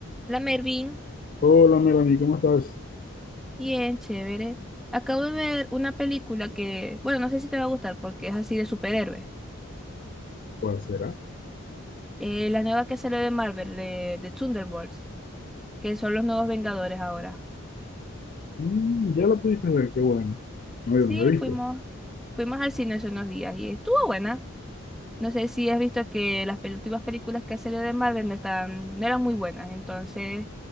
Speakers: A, in the centre; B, on the left.
A: La Mervin,
B: Hola Melanie, ¿cómo estás?
A: bien chévere. Acabo de ver una película que, bueno, no sé si te va a gustar porque es así de superhéroes.
B: ¿Cuál será?
A: Eh, la nueva que salió de Marvel, de, de Thunderbolts, que son los nuevos Vengadores ahora.
B: Mm, ya la pudiste ver, qué bueno. No, yo
A: Sí,
B: no la he
A: fuimos,
B: visto.
A: fuimos al cine hace unos días y estuvo buena. No sé si has visto que las pel- últimas películas que ha salido de Marvel no están, no eran muy buenas, entonces